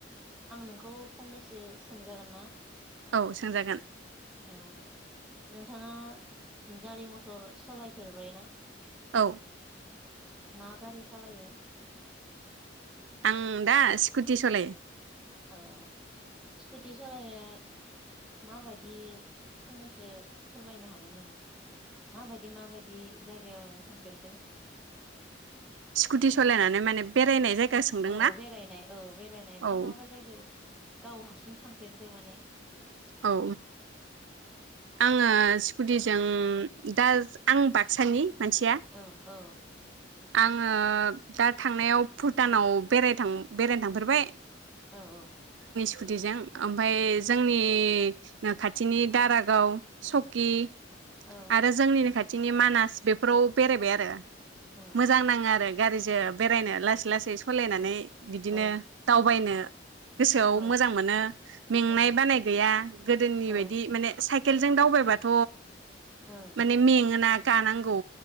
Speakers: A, in the centre; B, on the right.
A: आं नोंखौ फंनैसो सोंजागोन ना?
B: औ सोंजागोन।
A: औ नोंथांङा गारि मथर सलायफेरबाय ना?
B: औ
A: मा गारि सालायो?
B: आं दा स्कुटि सलायो।
A: औ स्कुटि सालायनो माबायदि फंनैसो फोरमायनो हागोन नामा माबायदि माबायदि जायगायाव नों थांफेरखो?
B: स्कुटि सलायनानै माने बेरायनाय जायगा सोंदोंना
A: औ बेरायनाय औ बेरायनाय
B: औ
A: मा माबा जायगायाव गाव हारसिं थांफेरखो माने
B: औ आङो स्कुटिजों दा आं बाक्सानि मानसिया
A: औ औ
B: आङो दा थांनायाव भुटानाव बेरायथां बेरायनो थांफेरबाय
A: औ औ
B: कुतिजों ओमफाय जोंनि नि खाथिनि दारागाव सकि
A: औ
B: आरो जोंनिनो खा थिनि मानास बेफोराव बेरायबाय आरो
A: औ
B: मोजां नाङो आरो गारि जो बेरायनो लासै लासै सलायनानै बिदिनो
A: औ
B: दावबायनो गोसोआव
A: औ
B: मोजां मोनो मेंनाय
A: औ
B: बानाय गैया गोदोनि
A: औ
B: बायदि माने साइकेलजों दावबायबाथ
A: औ
B: माने मेङोना गानांगौ